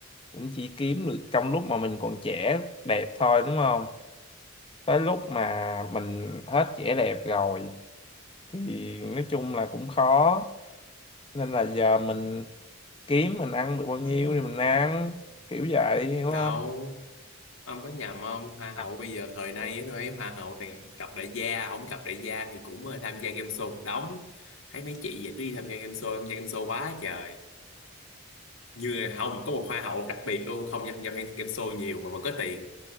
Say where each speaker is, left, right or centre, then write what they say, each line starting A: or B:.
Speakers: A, on the left; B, on the left.
A: cũng chỉ kiếm được trong lúc mà mình còn trẻ đẹp thôi đúng không tới lúc mà mình hết vẻ đẹp rồi thì nói chung là cũng khó nên là giờ mình kiếm mình ăn được bao nhiêu thì mình ăn kiểu vậy hiểu
B: đâu
A: không
B: ông có nhầm không hoa hậu
A: À,
B: bây giờ thời nay á, tôi thấy hoa hậu toàn cặp đại gia không cặp đại gia thì cũng ờ, tham gia game show một đống thấy mấy chị vậy cứ đi tham gia game show tham gia game show quá trời như là không có một hoa hậu đặc biệt luôn không tham gia game show nhiều mà vẫn có tiền